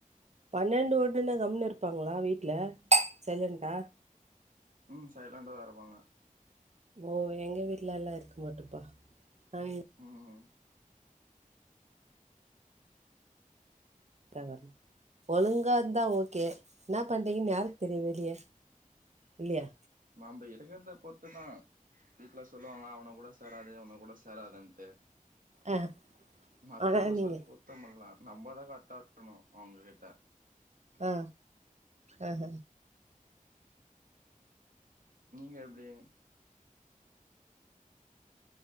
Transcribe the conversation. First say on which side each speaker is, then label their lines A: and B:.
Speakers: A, on the right (about 50°); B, on the right (about 70°).
A: பன்னெண்டு வன்ட்டுன்னா கம்முன்னு இருப்பாங்களா வீட்டுல சைலன்டா
B: ம் சைலண்டா தா இருப்பாங்க
A: ஓ எங்க வீட்டு்லல்லாம் இருக்க மாட்டோம்ப்பா நா எ
B: ம்
A: <unintelligible> ஒழுங்கா இருந்தா ஓகே என்னா பண்றீங்கன்னு யாருக்கு தெரியும் வெளிய இல்லையா
B: நம்ப இருக்கறத பொறுத்துதான் வீட்ல சொல்லுவாங்க அவனுங்க கூட சேராத இவனுங்க கூட சேராதுன்ட்டு
A: ஆ
B: மத்தவங்கள
A: ஆனா நீங்க
B: சொல்லி குத்தம் இல்ல நம்மதா கரெக்டா இருக்கணும் அவங்க கிட்ட
A: ஆ ஆஹ
B: நீங்க எப்டி